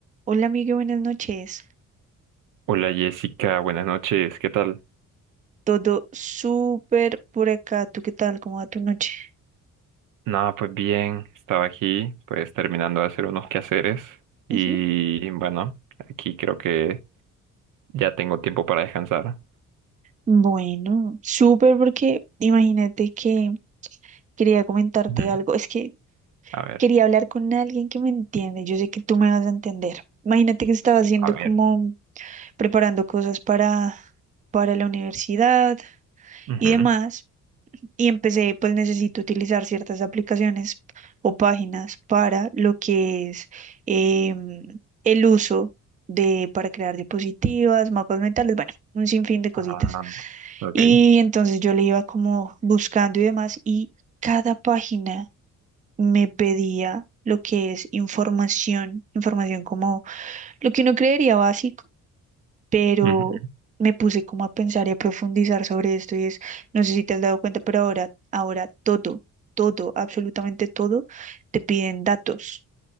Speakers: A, on the right; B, on the right.
A: Hola, amigo, buenas noches.
B: Hola Jessica, buenas noches, ¿qué tal?
A: Todo súper por acá. ¿Tú qué tal? ¿Cómo va tu noche?
B: Nada, pues bien, estaba aquí, pues terminando de hacer unos quehaceres y
A: Ujú.
B: bueno, aquí creo que ya tengo tiempo para descansar.
A: Bueno, súper porque imagínate que quería comentarte
B: Ujú,
A: algo. Es que
B: A ver,
A: quería hablar con alguien que me entiende. Yo sé que tú me vas a entender. Imagínate que estaba haciendo
B: a ver.
A: como preparando cosas para, para la universidad
B: ujú,
A: y demás. y empecé, pues necesito utilizar ciertas aplicaciones o páginas para lo que es em, el uso de, para crear diapositivas, mapas mentales, bueno, un sinfín de cositas.
B: ah, ok,
A: Y entonces yo le iba como buscando y demás, y cada página me pedía lo que es información, información como lo que uno creería básico pero
B: ujú,
A: me puse como a pensar y a profundizar sobre esto y es, no sé si te has dado cuenta, pero ahora, ahora todo, todo, absolutamente todo, te piden datos,